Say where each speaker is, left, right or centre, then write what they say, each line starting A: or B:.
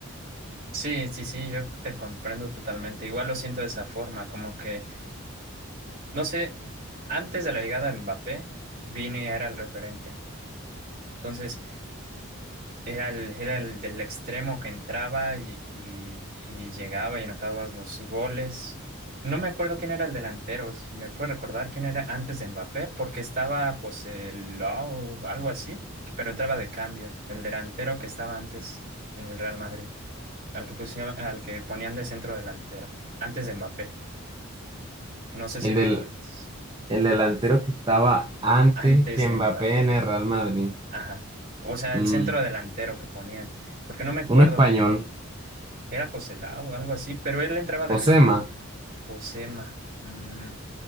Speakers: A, on the right (about 40°); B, on the right (about 20°).
A: Sí, sí, sí, yo te comprendo totalmente. Igual lo siento de esa forma, como que, no sé, antes de la llegada de Mbappé, Vini era el referente. Entonces era el, era el del extremo que entraba y, y- y llegaba y anotabas los goles. No me acuerdo quién era el delantero. ¿Me puede recordar quién era antes de Mbappé? Porque estaba José Lau, algo así, pero entraba de cambio. El delantero que estaba antes en el Real Madrid, al que pusieron, al que ponían de centro delantero, antes de Mbappé. No sé si
B: El
A: recuerdas.
B: del el delantero que estaba antes
A: Antes
B: que
A: de
B: Mbappé
A: Mbappé.
B: en el Real Madrid,
A: Ajá. O sea,
B: mm,
A: el centro delantero que ponían. Porque no me acuerdo
B: un español,
A: bien. Era José Lau o algo así, pero él entraba de
B: Josema,
A: recambio. Josema. mm,